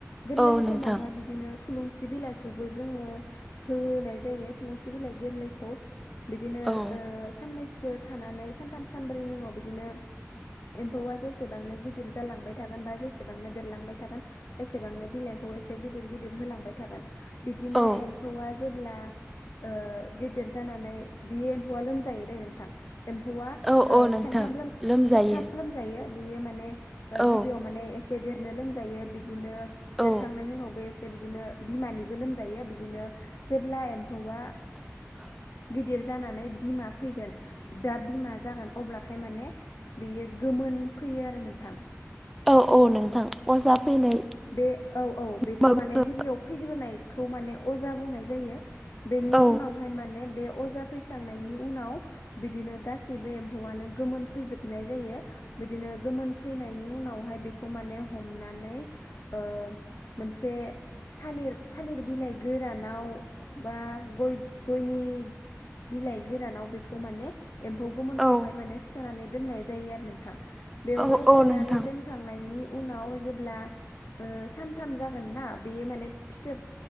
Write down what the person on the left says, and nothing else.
गोरलै
समावहाय बिदिनो थुलुंसि बिलाइ खौबो जोङो होनाय जायो थुलुंसि बिलाइ गोरलैखौ। बिदिनो
ओ साननैसो थानानै सानथाम सानब्रैनि उनाव बिदिनो एम्फौआ जेसेबांनो गिदिर जालांबाय थागोन बा जेसेबांनो देरलांबाय थागोन एसेबांनो बिलाइखौ एसे गिदिर गिदिर होलांबाय थागोन बिदिनो
एम्फौआ जे ब्ला ओ गेदेर जानानै बि एम्फौआ लोमजायो दे नोंथां एम्फौ एम्फौवा
ओ
खेनथाम लोम
खेबथाम लोमजायो बेयो माने ओ
गिबियाव माने एसे देरनो लोमजायो बिदिनो
देरखांनायनि उनावबो एसे बिदिनो बिमानिबो लोमजायो बिदिनो जेब्ला एम्फौआ
गिदिर जानानै बिमा फैगोन बा बिमा जागोन अब्ला थाय माने बियो गोमोन फैयो आरो नोंथां।
बे औ औ बेखौ
माने गिबियाव फैग्रोनायखौ माने अजा बुंनाय जायो। बेनि
उनावहाय माने बे अजा फैखांनायनि उनाव बिदिनो गासैबो एम्फौआनो गोमोन फैजोबनाय जायो बिदिनो गोमोन फैनायनि उनावहाय बेखौ माने बे हमनै ओ मोनसे थालिर थालिर बिलाइ गोरानाव बा गय गयनि बिलाइ गोरानाव बेखौ माने एम्फौ गोमोनखौहाय
माने सोनानै दोननाय जायो आरो नोंथां। बेवहाय
सोनानै
दोनखांनायनि उनाव जेब्ला ओ सानथाम जागोन ना बे माने फिथोब